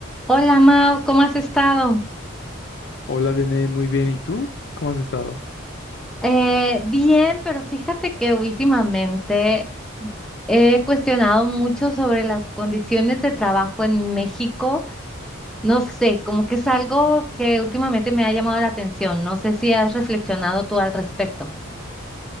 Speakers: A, in the centre; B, on the left.
A: Hola Mau, ¿cómo has estado?
B: Hola, viene muy bien. ¿Y tú? ¿Cómo has estado?
A: Eh, bien, pero fíjate que últimamente he cuestionado mucho sobre las condiciones de trabajo en México. No sé, como que es algo que últimamente me ha llamado la atención. No sé si has reflexionado tú al respecto.